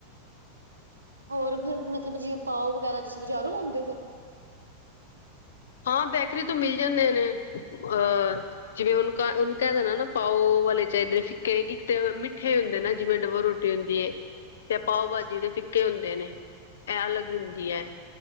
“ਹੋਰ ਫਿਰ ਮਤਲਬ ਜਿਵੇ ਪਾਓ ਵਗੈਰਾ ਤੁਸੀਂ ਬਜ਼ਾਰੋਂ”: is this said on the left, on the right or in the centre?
Right